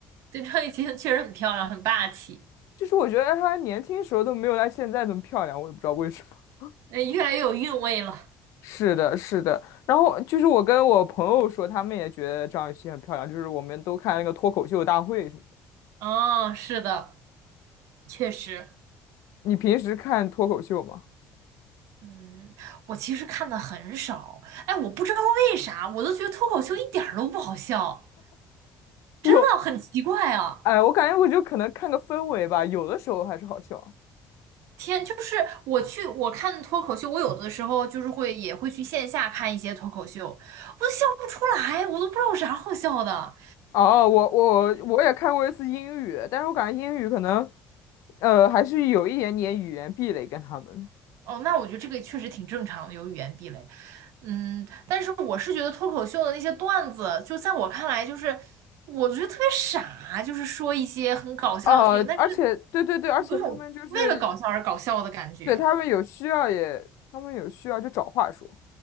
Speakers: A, on the right; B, on the left.
A: 对，张雨绮确实很漂亮，很霸气，
B: 就是我觉得她年轻时候都没有她现在那么漂亮，我也不知道为什么。<laughs>
A: 哎，越来越有韵味了。
B: 是的，是的。然后就是我跟我朋友说，他们也觉得张雨绮很漂亮，就是我们都看那个脱口秀大会什么的。
A: 哦，是的，确实。
B: 你平时看脱口秀吗？
A: 嗯，我其实看的很少，哎，我不知道为啥，我都觉得脱口秀一点儿都不好笑，
B: 有，
A: 真的很奇怪啊！
B: 哎，我感觉我就可能看个氛围吧，有的时候还是好笑。
A: 天，就是我去我看脱口秀，我有的时候就是会也会去线下看一些脱口秀，我都笑不出来，我都不知道有啥好笑的。
B: 哦，我我我也看过一次英语，但是我感觉英语可能，呃，还是有一点点语言壁垒跟他们。
A: 哦，那我觉得这个确实挺正常的，有语言壁垒。嗯，但是我是觉得脱口秀的那些段子，就在我看来，就是我觉得特别傻，就是说一些很搞笑的事情，
B: 呃，
A: 但是。
B: 而且对对对，而且他们就是
A: 有一种为了搞笑而搞笑的感觉。
B: 对他们有需要也，他们有需要就找话说。